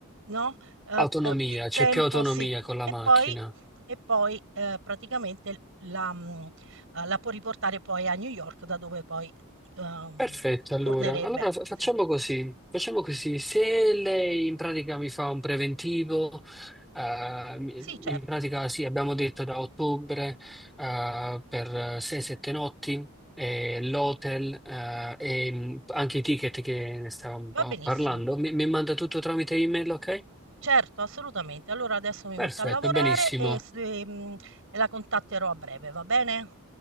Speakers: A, on the right; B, in the centre.
A: no, uhm,
B: Autonomia,
A: uhm, più
B: c'è
A: tempo
B: più autonomia
A: sì.
B: con la
A: E
B: macchina.
A: poi e poi, ehm, praticamente la mhmm, uhm, la può riportare poi a New York da dove poi, uhm,
B: Perfetto, allora.
A: tornerebbe.
B: Allora fa-
A: Sì.
B: facciamo così. Facciamo così. Se lei in pratica mi fa un preventivo, eh, mi-
A: Sì, certo,
B: in pratica sì, abbiamo detto da ottobre, eh, per 6-7 notti, e l'hotel, eh, e mh, anche i ticket che ne stavamo
A: va
B: un po'
A: benissimo.
B: parlando. Mi, mi manda tutto tramite email, ok?
A: Certo, assolutamente. Allora adesso mi
B: Perfetto,
A: metto a lavorare
B: benissimo.
A: e s ehm, e la contatterò a breve, va bene?